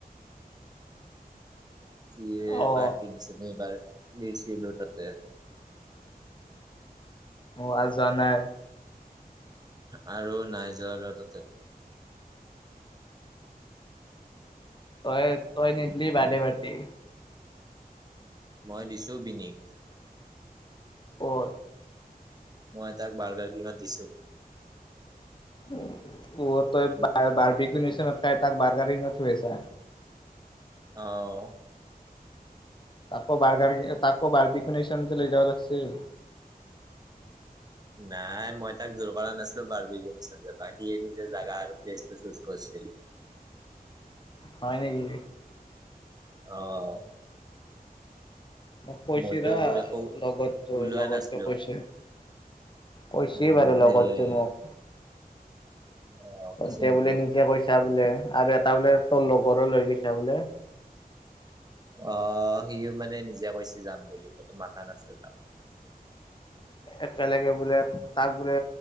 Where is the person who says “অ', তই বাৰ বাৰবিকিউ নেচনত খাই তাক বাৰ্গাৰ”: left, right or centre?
Left